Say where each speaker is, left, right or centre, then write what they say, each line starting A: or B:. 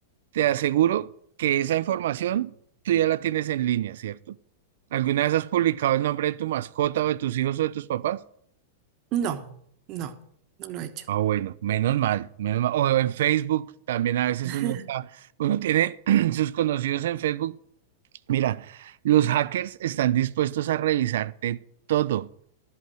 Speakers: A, on the right (about 65°); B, on the right (about 40°).
A: te aseguro que esa información tú ya la tienes en línea, ¿cierto? ¿Alguna vez has publicado el nombre de tu mascota o de tus hijos o de tus papás?
B: No, no, no lo he hecho.
A: Ah, bueno, menos mal, menos mal. O en Facebook también a veces
B: <laughs>
A: uno está, uno tiene <clears throat> sus conocidos en Facebook. Mira, los hackers están dispuestos a revisarte todo.